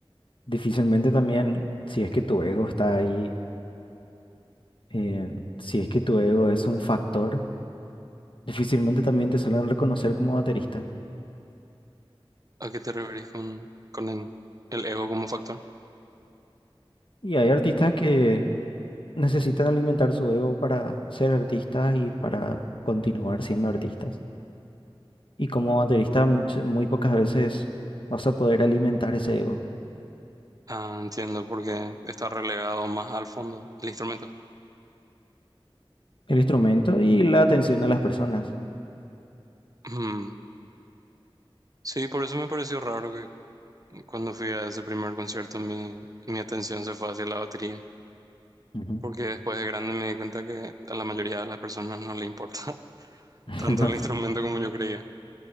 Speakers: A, on the left (about 65°); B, on the right (about 40°).
A: Difícilmente también, si es que tu ego está ahí, eh, si es que tu ego es un factor, difícilmente también te suelen reconocer como baterista.
B: ¿A qué te referís con, con el, el ego como factor?
A: Y hay artistas que necesitan alimentar su ego para ser artistas y para continuar siendo artistas. Y como baterista, much- muy pocas veces vas a poder alimentar ese ego,
B: Ah, entiendo, porque está relegado más al fondo el instrumento.
A: el instrumento y la atención de las personas.
B: Mm. Sí, por eso me pareció raro que cuando fui a ese primer concierto mi, mi atención se fue hacia la batería,
A: Ujú.
B: porque después de grande me di cuenta que a la mayoría de las personas no le importa <laughs>
A: <laughs>
B: tanto
A: No,
B: el instrumento como yo creía.